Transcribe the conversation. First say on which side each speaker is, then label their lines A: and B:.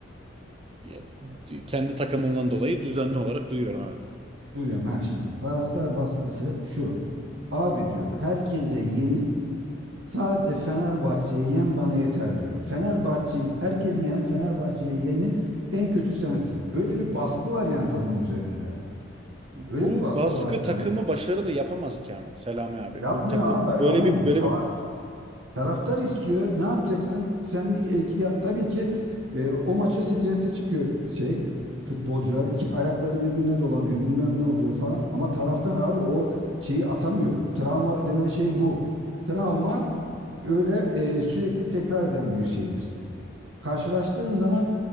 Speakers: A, on the right (about 30°); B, on the right (about 70°).
A: Ya, d- kendi takımından dolayı düzenli olarak duyuyorum evet.
B: Duyuyorum ha şimdi. Taraftar baskısı şu. Abi diyor herkese yenil sadece Fenerbahçe'ye yen bana yeter diyor. Fenerbahçe'yi herkesi yen Fenerbahçe'ye yenil en kötü sensin. Öyle bir baskı var yani takım üzerinde.
A: Bu
B: Öyle bir baskı
A: baskı
B: var
A: takımı
B: yani.
A: başarılı yapamaz ki ama Selami abi.
B: Yapmıyor
A: Bu takı
B: abi
A: bu böyle
B: adam
A: bir böyle
B: tava-
A: bir
B: taraftar istiyor. Ne yapacaksın? Sen e- ki- ya- tabii ki e, o maça strese çıkıyor şey futbolcular iki ayakları birbirine dolanıyor bilmem ne oluyor falan ama taraftan abi o şeyi atamıyor. O travma denen şey bu. Travma öyle e, sürekli tekrar eden bir şeydir karşılaştığın zaman